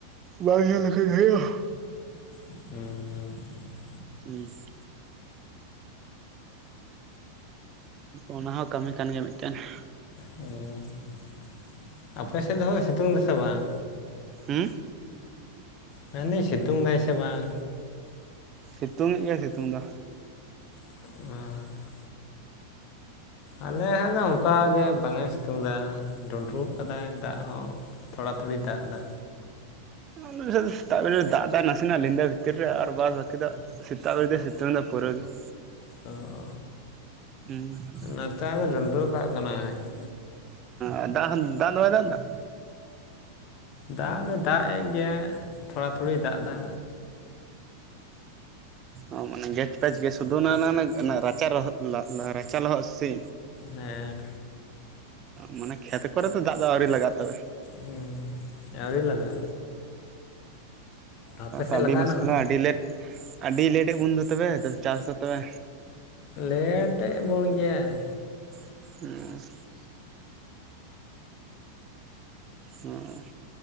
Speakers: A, on the right; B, on the left.
A: ᱵᱟᱝ ᱧᱮᱞ ᱞᱮᱠᱷᱟᱱ ᱦᱩᱭᱩᱜᱼᱟ ᱾
B: ᱦᱩᱸ
A: ᱦᱩᱸ ᱾ ᱚᱱᱟ ᱦᱚᱸ ᱠᱟᱹᱢᱤ ᱠᱟᱱ ᱜᱮᱭᱟ ᱢᱤᱫᱴᱟᱱ ᱾
B: ᱦᱩᱸ ᱟᱯᱮ ᱥᱮᱫ ᱫᱚ ᱦᱳᱭ ᱥᱤᱛᱩᱝ ᱫᱟ ᱥᱮ ᱵᱟᱝ?
A: ᱦᱩᱸ
B: ᱢᱮᱱᱫᱟᱧ ᱥᱤᱛᱩᱝ ᱫᱟᱭ ᱥᱮ ᱵᱟᱝ?
A: ᱥᱤᱛᱩᱝ ᱮᱫ ᱜᱮᱭᱟ ᱥᱤᱛᱩᱝ ᱫᱚ
B: ᱟᱸ ᱟᱞᱮ ᱫᱚ ᱚᱱᱠᱟᱜ ᱜᱮ ᱵᱟᱝᱮ ᱥᱤᱛᱩᱝ ᱮᱫᱟ ᱰᱩᱸᱰᱨᱩᱜ ᱟᱠᱟᱫᱟᱭ ᱫᱟᱜ ᱦᱚᱸ ᱛᱷᱚᱲᱟ ᱛᱷᱚᱲᱤ ᱫᱟᱜ ᱮᱫᱟ
A: ᱚᱱᱟ ᱜᱮ ᱥᱮᱛᱟᱜ ᱵᱮᱨ ᱫᱟᱜ ᱫᱟ ᱱᱟᱥᱮ ᱱᱟᱜ ᱧᱤᱫᱟᱹ ᱵᱷᱤᱛᱤᱨ ᱨᱮ ᱟᱨ ᱵᱟᱫ ᱵᱟᱹᱠᱤ ᱫᱚ ᱥᱮᱛᱟᱜ ᱵᱮᱨ ᱫᱚ ᱥᱤᱛᱩᱝ ᱫᱟ ᱯᱩᱨᱟᱹ ᱜᱮ ᱾
B: ᱛᱚ ᱾
A: ᱦᱩᱸ ᱾
B: ᱱᱮᱛᱟᱨ ᱫᱚ ᱰᱚᱸᱰᱨᱩ ᱠᱟᱜ ᱠᱟᱱᱟᱭ ᱾
A: ᱦᱮᱸᱫᱟᱜ ᱦᱚᱸ ᱫᱟᱜ ᱫᱚ ᱵᱟᱭ ᱫᱟᱜ ᱫᱟ
B: ᱫᱟᱜ ᱫᱚᱭ ᱫᱟᱜ ᱮᱫ ᱜᱮᱭᱟ ᱛᱷᱚᱲᱟ ᱛᱷᱩᱲᱤᱭ ᱫᱟᱜ ᱫᱟ
A: ᱚ ᱚ ᱢᱟᱱᱮ ᱜᱮᱪ ᱯᱮᱪ ᱜᱮ ᱥᱩᱫᱩ ᱚᱱᱟ ᱚᱱᱟ ᱨᱟᱪᱟ ᱨᱚᱦ ᱨᱟᱪᱟ ᱞᱚᱦᱚᱜ ᱥᱮ
B: ᱦᱮᱸ
A: ᱢᱟᱱᱮ ᱠᱷᱮᱛ ᱠᱚᱨᱮ ᱫᱚ ᱫᱟᱜ ᱫᱚ ᱟᱹᱣᱨᱤ ᱞᱟᱜᱟ ᱛᱚᱵᱮ
B: ᱦᱩᱸ ᱟᱹᱣᱨᱤ ᱞᱟᱜᱟᱜᱼᱟ ᱟᱯᱮ ᱥᱮᱫ
A: ᱚ ᱟᱹᱰᱤ
B: ᱞᱟᱜᱟᱣᱱᱟ
A: ᱢᱩᱥᱠᱤᱞᱟ
B: ᱦᱚᱸ
A: ᱟᱹᱰᱤ ᱞᱮᱴ, ᱟᱹᱰᱤ ᱞᱮᱴᱜ ᱵᱚᱱ ᱫᱚ ᱛᱚᱵᱮ ᱪᱟᱥ ᱫᱚ ᱛᱚᱵᱮ
B: ᱞᱮᱴᱮᱫ ᱮᱫ ᱵᱚᱱ ᱜᱮᱭᱟᱭ᱾
A: ᱦᱩᱸ ᱾ ᱚ